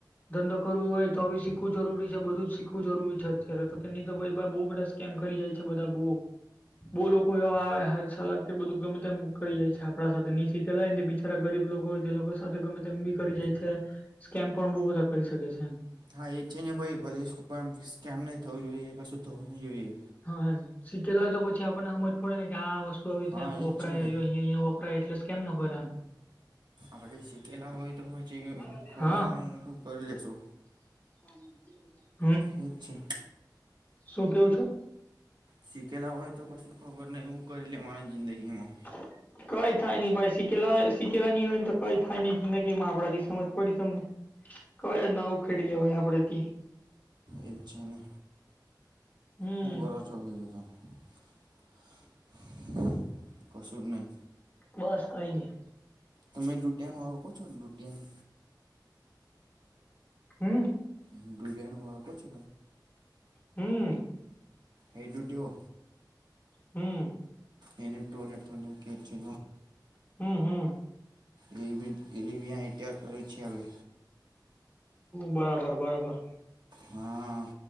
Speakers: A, on the left (about 25°); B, on the right (about 70°).
A: ધંધો કરવો હોય તો બી શીખવું જરૂરી છે બધું જ શીખવું જરૂરી છે અત્યારે તો કેની તો ભાઈ બહુ બધ કેમ કરી જાય છે બધા બો બવ લોકો એવા આવે હ સલા કે બધું ગમે તેમ કરી જાય છે આપણા સાથે હીખેલાય ને બિચારા ગરીબ લોકો હોય તે લોકો સાથે ગમે તેમ બી કરી જાય છે સ્કેમ પણ બહુ બધા કરી શકે છે એમ
B: હા, એ છે ને, ભાઈ ભલે સ્કેમ નહી થવું જોઈએ, કશું થવું નહી જોઈએ.
A: હા એમ સીખેલા હોય તો પછી આપણને હમજ પડે ને કે આ વસ્તુ આવી રીતે
B: હા
A: એમ
B: એજ
A: વપરાય
B: છે ને
A: અહીયાં અહંયાપ તો એટલે કેમ ન કરો એમ
B: આપણે શીખેલા હોય તો પછી
A: એમ
B: ખબર
A: હા
B: નહી એ કરી લેશુ
A: <inaudible>
B: ઠીક છે
A: શું કેવો છો
B: શીખેલા હોય તો કશું ખબર નહીં એવું કરી લે મારા જિંદગીમાં
A: <inaudible> કઈ થાય નઈ ભાઈ શીખેલા સીખેલા નઈ હોય ને કઈ થાય નઈ જિંદગીમાં આપડાથી સમજ પડી તમને કયન ઉખેડી લેવાય આપડે થી
B: એ છેને
A: હમ
B: હુ કરો છો <unintelligible> કશું નહી
A: બસ કઈ નઈ
B: તમે ડુડિયાનું આડકો છો ને ડુડિયાને
A: હમ્મ
B: ડુડીયાનો ઓળકો છો
A: હમ્મ
B: હે ડુંટીયો
A: હમ્મ
B: એને ટોલેટોલેટ કે તો
A: હમ હમ
B: એ એવી <unintelligible> કર છે હવે
A: બરાબર બરાબર
B: હમ્મ